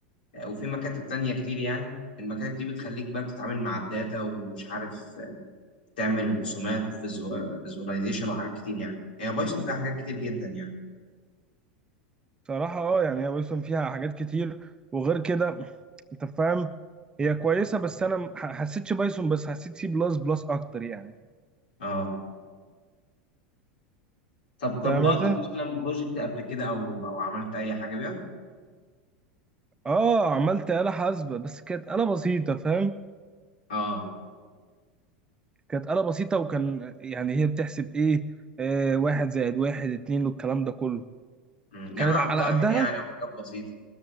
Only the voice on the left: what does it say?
آه، وفي مكاتب تانية كتير يعني المكاتب دي بتخليك بقى بتتعامل مع الداتا ومش عارف آه، تعمل رسومات وفيزواليزيشن وحاجات كتير يعني هي بايثون فيها حاجات كتير جدا يعني
اه طب طبقت
مثلا بروجكت قبل كده او او عملت اي حاجه بيها
اه
مم، جمع
وطرح
يعني وحاجات بسيطه